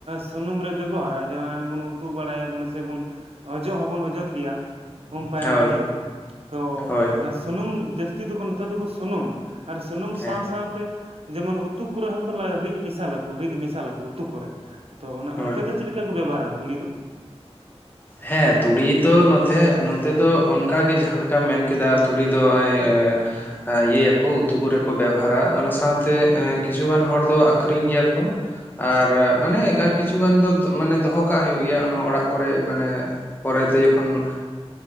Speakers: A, on the right (about 65°); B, on the left (about 15°).
A: ᱥᱩᱱᱩᱢ ᱨᱮ ᱵᱮᱵᱚᱦᱟᱨᱟ ᱡᱟᱦᱟᱸ ᱚᱱᱮ ᱵᱚᱱ ᱩᱛᱩ ᱵᱟᱲᱟᱭᱟᱵᱚᱱ ᱥᱮ ᱵᱚᱱ ᱚᱡᱚᱜ ᱦᱚᱸᱵᱚᱱ ᱚᱡᱚᱫ ᱜᱮᱭᱟ ᱾ ᱩᱢ ᱯᱟᱭᱨᱟ
B: ᱦᱳᱭ
A: ᱜᱷᱟᱹᱲᱤᱱ ᱛᱚ
B: ᱦᱳᱭ
A: ᱚᱱᱟ ᱥᱩᱱᱩᱢ ᱡᱟᱹᱥᱛᱤ ᱫᱚᱠᱚ ᱱᱚᱛᱮ ᱫᱚᱠᱚ ᱥᱩᱱᱩᱢᱟ ᱾ ᱟᱨ ᱥᱩᱱᱩᱢ
B: ᱦᱮᱸ
A: ᱥᱟᱶ ᱥᱟᱶᱛᱮ ᱡᱮᱢᱚᱱ ᱩ ᱛᱩ ᱠᱚᱨᱮᱜ ᱦᱚᱸ ᱠᱚ ᱞᱟ ᱨᱤᱜ ᱢᱮᱥᱟᱞᱟᱠᱚ ᱨᱤᱫ ᱢᱮᱥᱟᱞᱟᱠᱚ ᱩᱛᱩ ᱠᱚᱨᱮᱜ ᱾ ᱟᱫᱚ ᱚᱱᱮ
B: ᱦᱳᱭ
A: ᱚᱱᱛᱮ ᱫᱚ ᱪᱤᱫ ᱞᱮᱠᱟ ᱠᱚ ᱵᱮᱵᱚᱦᱟᱨᱟ ᱛᱩᱲᱤ ᱫᱚ?
B: ᱦᱮᱸ ᱛᱩᱲᱤ ᱫᱚ ᱱᱚᱛᱮ ᱱᱚᱛᱮ ᱫᱚ ᱚᱱᱠᱟᱜᱮ ᱡᱟᱦᱟᱸ ᱞᱮᱠᱟᱢ ᱢᱮᱱ ᱠᱮᱫᱟ ᱛᱩᱲᱤ ᱫᱚ ᱮᱭ ᱮᱸ ᱤᱭᱟᱹᱭᱟᱠᱚ ᱩᱛᱩ ᱠᱚᱨᱮ ᱠᱚ ᱵᱮᱣᱦᱟᱨᱟ ᱚᱱᱟ ᱥᱟᱶᱛᱮ ᱠᱤᱪᱷᱩ ᱜᱟᱱ ᱦᱚᱲ ᱫᱚ ᱟᱹᱠᱷᱨᱤᱧ ᱜᱮᱭᱟ ᱠᱚ ᱾ ᱟᱨ ᱢᱟᱱᱮ ᱠᱤᱪᱷᱩ ᱜᱟᱱ ᱫᱚ ᱢᱟᱱᱮ ᱫᱚᱦᱚ ᱠᱟᱜ ᱦᱩᱭᱩᱜ ᱜᱮᱭᱟ ᱚᱱᱟ ᱚᱲᱟᱜ ᱠᱚᱨᱮ ᱚᱱᱮ ᱯᱚᱨᱮᱛᱮ ᱡᱚᱠᱷᱚᱱ